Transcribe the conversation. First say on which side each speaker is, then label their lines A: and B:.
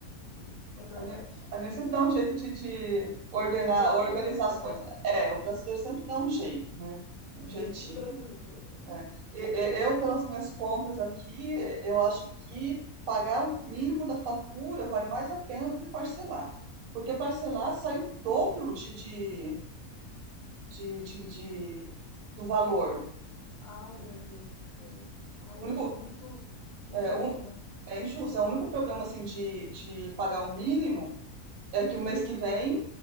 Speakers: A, on the left; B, on the right.
A: Sim, é verdade.
B: A gente, a gente sempre dá um jeito de, de ordenar,
A: O brasileiro,
B: organizar as coisas.
A: né?
B: É, o brasileiro sempre dá um jeito, né? Um
A: Jeitinho
B: jeitinho.
A: brasileiro.
B: É. E- e- Eu, pelas minhas contas aqui, eu acho que pagar o mínimo da fatura vale mais a pena do que parcelar. Porque parcelar sai o dobro de, de, de, de- de-
A: de-
B: do valor.
A: Ai, meu
B: né?
A: Deus do céu. Ai,
B: O único,
A: é, é muito injusto,
B: é, um-
A: né?
B: é injusto. É o único problema assim, de, de pagar o mínimo é que o mês que vem